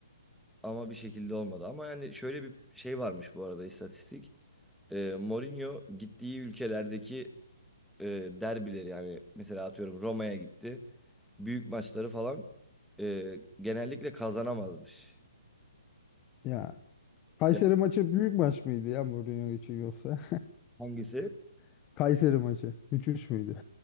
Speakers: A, in the centre; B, on the left (about 25°).
A: Ama bir şekilde olmadı. Ama yani şöyle bir şey varmış bu arada istatistik. Ee, Mourinho gittiği ülkelerdeki e, derbileri yani mesela atıyorum Roma'ya gitti. Büyük maçları falan e, genellikle kazanamazmış.
B: Ya Kayseri
A: Yani
B: maçı büyük maç mıydı ya Mourinho için yoksa?
A: hangisi?
B: <laughs> Kayseri maçı. 3-3 müydü?